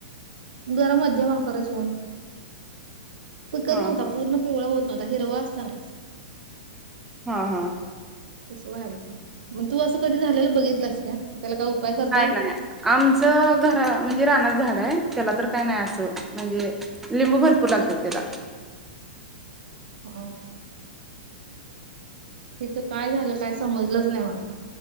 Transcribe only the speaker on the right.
जरा मध्यम आकारच हुन, पिकत
नव्हता
पूर्ण पिवळा होत नव्हता, हिरवा असतानाच.
तसं व्हालतं,, मग तू असं कधी झालेलं बघितल्यास काय, त्याला काय उपाय करता
येईल
हम्म. इथं काय झालं काय समजलंच नाय मला,